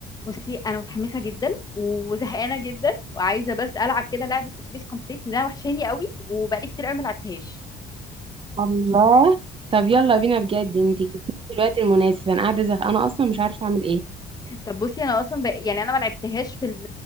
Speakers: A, on the left; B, on the right.
A: بصي انا متحمسه جدا وزهقانه جدا وعايزه بس العب كده لعبه اتوبيس كومبليت لانها وحشاني قوي وبقالي كتير قوي ما لعبتهاش
B: الله طب يلا بينا بجد انت جبتيلي في الوقت المناسب انا قاعده زهقانه اصلا مش عارفه اعمل ايه
A: طب بصي انا اصلا بق... يعني انا ما لعبتهاش في ال...